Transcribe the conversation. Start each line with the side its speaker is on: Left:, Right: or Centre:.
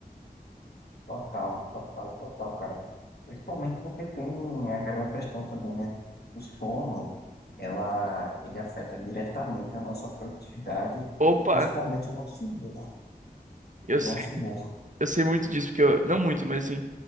Left: Total, total, total, cara. Principalmente porque tem aquela questão também, né? O sono, ela, ele afeta diretamente a nossa produtividade
Right: Opa,
Left: e principalmente o nosso humor.
Right: eu
Left: O
Right: sei,
Left: Nosso humor.
Right: eu sei muito disso, porque eu, não muito, mas assim,